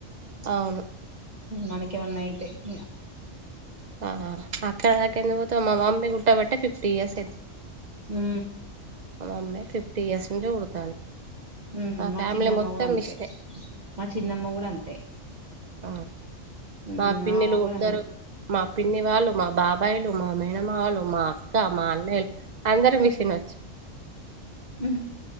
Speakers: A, on the right; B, on the right.
A: అవును
B: మనకేమన్నా అయితే ఇంగ
A: ఆహా అక్కడ కింద పోత మా మమ్మీ పుట్టబట్టే ఫిఫ్టీ ఇయర్స్ అయితు
B: ఊ
A: మమ్మీ ఫిఫ్టీ ఇయర్స్ నుంచి కుడతాంది
B: ఉ మా
A: ఫ్యామిలీ
B: చిన్నమ్మ
A: మొత్తం
B: కూడా అంతే
A: మిషనే
B: మా చిన్నమ్మ కూడా అంతే
A: అ
B: ఉమ్
A: మా పిన్నిలు
B: ఆమె
A: పుడతారు
B: కూడా
A: మా పిన్ని వాళ్ళు మా బాబాయిలు మా మే మేనమామలు మా అక్క మా అన్నయలు అందరు మిషినొచ్చు
B: ఉ